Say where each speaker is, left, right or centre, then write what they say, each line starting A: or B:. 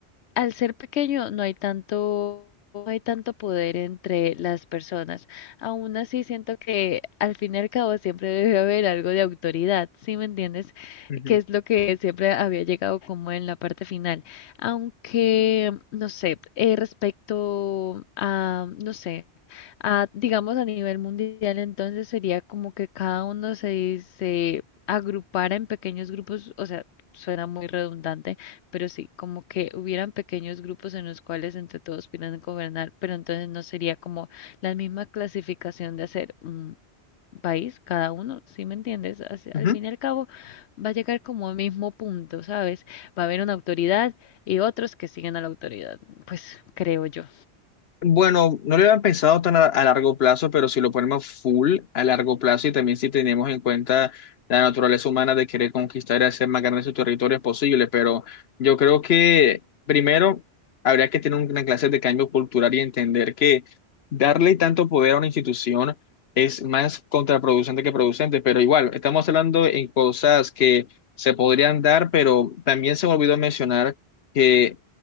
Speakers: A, on the left (about 85°); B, on the left (about 70°).
A: al ser pequeño no hay tanto, no hay tanto poder entre las personas. Aún así siento que al fin y al cabo siempre debe haber algo de autoridad, ¿sí me entiendes?
B: Ujú.
A: Que es lo que siempre había llegado como en la parte final. Aunque, no sé, eh, respecto a, no sé. a, digamos a nivel mundial, entonces sería como que cada uno se, se agrupara en pequeños grupos, o sea, suena muy redundante, pero sí, como que hubieran pequeños grupos en los cuales entre todos pudieran gobernar, pero entonces no sería como la misma clasificación de hacer un país, cada uno, ¿sí me entiendes? Así-
B: Ujú.
A: Al fin y al cabo va a llegar como al mismo punto, ¿sabes? Va a haber una autoridad y otros que siguen a la autoridad, pues creo yo.
B: Bueno, no lo habían pensado tan a, a largo plazo, pero si lo ponemos full a largo plazo y también si tenemos en cuenta la naturaleza humana de querer conquistar y hacer más grandes sus territorios posibles, pero yo creo que primero habría que tener una clase de cambio cultural y entender que darle tanto poder a una institución es más contraproducente que producente, pero igual, estamos hablando en cosas que se podrían dar, pero también se me olvidó mencionar. que.